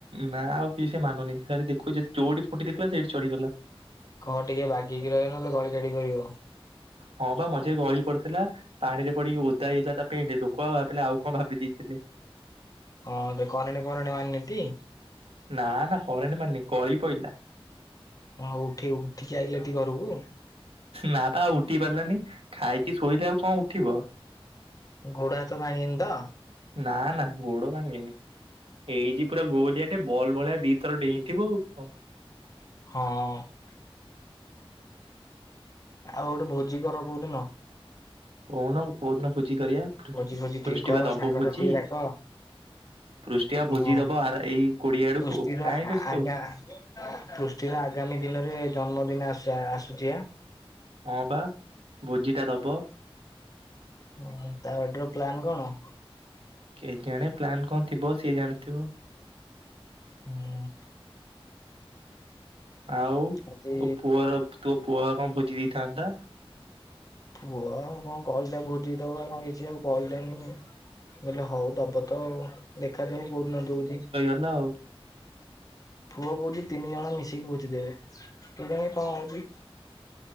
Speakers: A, on the right; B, on the left.
A: ନା ଆଉ କି ସେ ମାନୁନି ସେ ଖାଲି ଦେଖୁଛି ଯୋଉଠି ଖୁଣ୍ଟି ଦେଖିଲା ସେଇଠି ଚଢିଗଲା।
B: କହ ଟିକେ ବାହେଇକି ରହିବ ନହେଲେ ଗଳି ଗାଡି ପଡିବ।
A: ହଁ ବା ମଝିରେ ଗଳି ପଡିଥିଲା। ପାଣିରେ ପଡିକି ଓଦା ହୋଇଯାଥିଲା ତା ପେଣ୍ଟ ଲୋକ ଆଉ ଭାବିଲେ ଆଉ କଣ ଭାବି ଦେଇଥିଲେ।
B: ହଁ ତ କରେଣ୍ଟ ଫରେଣ୍ଟ ମାରିନିଟି।
A: ନା ନା କରେଣ୍ଟ ମାରିନି ଗଳି ପଇଲି।
B: ହଁ ଉଠି, ଉଠିକି ଆଇଲେ ଟି ଘରକୁ।
A: ନା ପା ଆଉ ଉଠି ପାରିଲାନି ଖାଇକି ଶୋଇଲେ ଆଉ କଣ ଉଠିବ?
B: ଗୋଡହାତ ଭାଙ୍ଗନି ତ?
A: ନା ନା ଗୋଡ ଭାଙ୍ଗିନି ଏଇଯି ପୁରା ଗୋଲିଆ ବଲ୍ ଭଳିଆ ଦି ଥର ଡେଇଁଥିବ ଆଉ କଣ?
B: ହଁ। ଆଉ ଗୋଟେ ଭୋଜି କର କଉଦିନ।
A: କହୁନ କୋଉ ଦିନ ଭୋଜି କରିବା
B: ଭୋଜି ଫୋଜି ଟିକେ
A: ପୃଷ୍ଟି
B: କର
A: ବା ଦବ
B: ସାଙ୍ଗସାଥି
A: ଭୋଜି।
B: ଡାକ
A: ପୃଷ୍ଠଟିଆ
B: ହଁ
A: ଭୋଜି ଦବ ଆ ଏଇ କୋଡିଆ ଆଡକୁ
B: ପୃଷ୍ଟିର
A: କାଇଁ
B: ଆ
A: ବ୍ୟସ୍ତ
B: ଆଗା
A: ହଉଛୁ।
B: ପୃଷ୍ଟିର ଆଗାମୀ ଦିନରେ ଜନ୍ମଦିନଆସ ଆସୁଛି ଆ।
A: ହଁ ବା ଭୋଜି ଟା ଦବ।
B: ହୁଁ ତା ଏଟର ପ୍ଲାନ କଣ?
A: କେ ଜାଣେ ପ୍ଲାନ କଣ ଥିବ ସିଏ ଜାଣିଥିବ।
B: ହୁଁ।
A: ଆଉ
B: ଆଜି
A: ତୋ ପୁଅର ତୋ ପୁଅ ପା କଣ ଭୋଜି ଦେଇଥାନ୍ତା।
B: ପୁଅ ଆଉ କଣ କହିଲା ଭୋଜି ଦବ ଆଉ କଣ କିଛି ଆଉ କହିଲାନି। କହିଲେ ହଉ ଦବ ତ ଆଉ ଦେଖାଯାଉ କଉଦିନ ଦଉଚି।
A: ହେଲା ଆଉ।
B: ପୁଅ କହୁଛି ତିନି ଜଣ ମିଶିକି ବୁଝିଦେବେ କେଜାଣି କଣ ହଉଛି।